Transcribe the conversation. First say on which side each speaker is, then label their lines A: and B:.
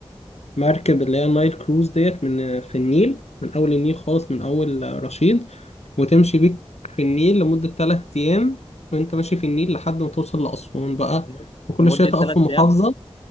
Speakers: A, on the left; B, on the left.
A: مركب اللي هي النايل كروز ديت من في النيل من أول النيل خالص من أول رشيد وتمشي بيك في النيل لمدة تلات أيام وأنت ماشي في النيل لحد ما توصل لأسوان بقى
B: لمد-
A: وكل
B: لمده
A: شوية تقف
B: ثلاث
A: في محافظة
B: ايام